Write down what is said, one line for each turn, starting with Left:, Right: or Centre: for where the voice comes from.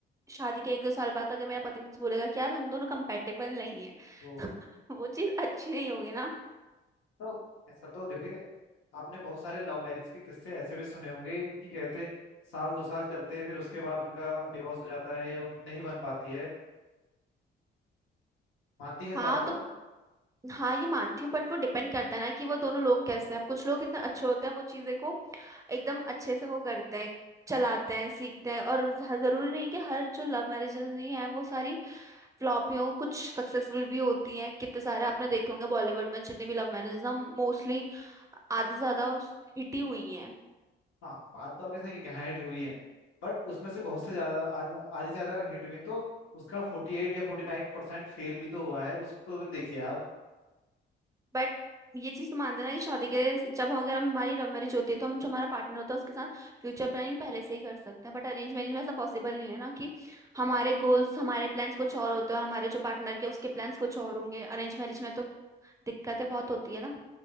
Right: शादी के एक दो साल बाद अगर मेरा पति मुझसे बोलेगा कि यार हम दोनों कंपेटेबल नहीं है
Left: तो
Right: <laughs> तो वो चीज अच्छी नहीं होगी ना
Left: तो ऐसा तो देखिए आपने बहुत सारे लव मैरिज के किस्से ऐसे भी सुने होंगे कि कहते साल दो साल चलते हैं फिर उसके बाद उनका डिवोर्स हो जाता है या उनकी नहीं बन पाती है मानती हैं इस
Right: हाँ
Left: बात को
Right: तो हाँ ये मानती हूँ बट वो डिपेंड करता है ना कि वो दोनों लोग कैसे हैं कुछ लोग इतने अच्छे होते हैं वो चीजें को एकदम अच्छे से वो करते हैं चलाते हैं सीखते हैं और ज- जरूरी नहीं कि हर जो लव मैरिजेस ही हैं वो सारी फ्लॉपियों कुछ सक्सेसफुल भी होती हैं कितने सारे आपने देखे होंगे बॉलीवुड में जितने भी लव मैरिजेस हम मोस्टली आधे से ज्यादा हिट ही हुई हैं
Left: हाँ बात तो आपकी सही है कि हिट हुई है बट उसमें से बहुत से ज्यादा आज- आधी से ज्यादा अगर हिट हुई तो उसका फोर्टी एट या फोर्टी नाइन परसेंट फेल भी तो हुआ है उसको भी देखिए
Right: बट ये चीज तो मान देना कि शादी के जब हम अगर हम- हमारी लव मैरिज होती है तो हम जो हमारा पार्टनर होता है उसके साथ फ्यूचर प्लानिंग पहले से ही कर सकते हैं बट अरेंज मैरिज में ऐसा पॉसिबल नहीं है ना कि हमारे गोल्स हमारे प्लान्स कुछ और होते हैं और हमारे जो पार्टनर के उसके प्लान्स कुछ और होंगे अरेंज मैरिज में तो दिक्कतें बहुत होती है ना